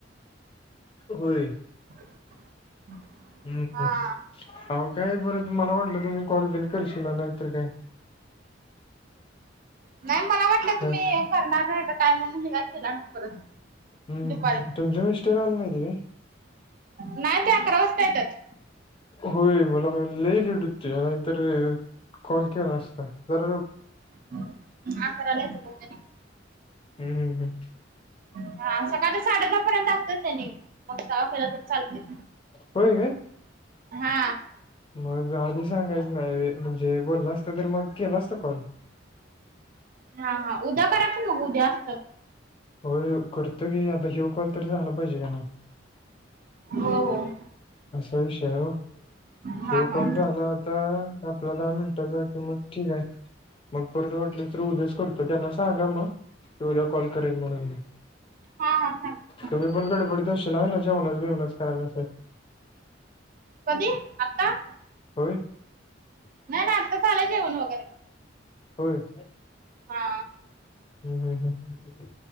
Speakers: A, on the left; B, on the right.
A: होय.
B: <inaudible>
A: हम्
B: हा.
A: हम आवो काय बरं मला वाटलं तुम्ही कॉल बिल करशील नाय तर काय.
B: नाही मला वाटलं
A: हा.
B: तुम्ही करणार नाहीसा काय म्हणून मी काय केला नाही परत.
A: हम्म
B: दुपारी,
A: तुमचे मिस्टर आले नाहीत
B: नाही ते अकरा वाजता येत्यात.
A: होय मला पण लय लेट होतोय नाहीतर कॉल केला असता, जरा लवकर
B: काम करायला येत पोत्याने
A: हू हू हू
B: हा सकाळच्या साडे दहा पर्यंत त्यांनी मग साव्या फेरा तच चालते
A: होय काय
B: हा
A: मग आधी सांगायचं नाही व्हय म्हणजे बोलला असत तर मग केला असता कॉल
B: हा हा उद्या करा की मग उद्या अस
A: होय ओ करतो की आता ह्यो कॉल तर झाला पाहिजे का नाही
B: हो हो
A: असा विषय आहे ओ
B: हा
A: ह्यो
B: हा.
A: कॉल झाला आता आपला दहा मिनटाचा की मग ठीक हाय मग परत वाटलंच तर उद्याच करतो त्यांना सांगा म की उद्या कॉल करेन म्हणून मी
B: हा हा सांगते सांगते.
A: तुम्ही पण गडबडडीत असशीला होय नई जेवणाच बिवनाच करायच असेल
B: कधी आता
A: होय
B: नाही नाही आत्ता झालय जेवण वगैरे
A: होय
B: हा
A: हू हू हू हू हू